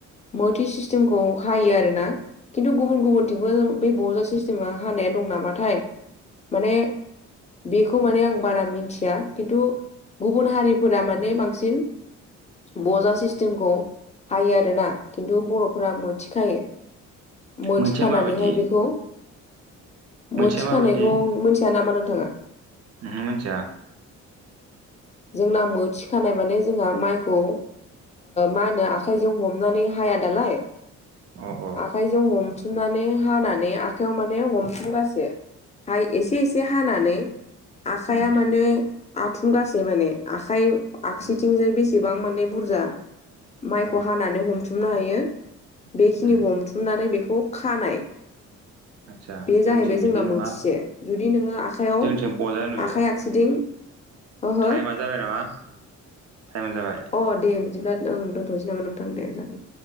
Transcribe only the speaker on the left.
मोथि सिस खौ हायो आरोना खिन्थु गुबुन गुबुन थिंबो बे बजासे जोहा हानाया दं नामाथाय। माने बेखौ माने आं बारा मिथिया खिन्थु गुबुन हारिफोरा माने बांसिन बजा सिस्टेमखौ हायो आरोना। खिन्थु रफ्रा मोथिखायो मोथिखानानैहाय
बेखौ
मथि
खानायखौ मिथिया नामा नोंथाङा?
जोंना मो थिखानाय माने जोंहा माइखौ मा होनो आखाइजों हमनानै हाया दालाय।
आखाइजों हमथुमनानै हानानै आखाइयाव माने हमथुमगासो हाय एसे एसे हानानै आखाइया
माने आथुंगासे माने आखाइ आखसिथिंजाय
बेसेबां माने बुरजा माइखौ
हानानै हमथुमनो हायो ‌बेखिनि
हमथुमनानै बेखौ खानाय।
बे
जाहैबाय जोंना
मोथिसे जुदि नोङो आखयाव
आखाइ आखसिदिं ओह
अ दे बिदिब्ला ओं दोनथ'सै नामा नोंथां जागोन।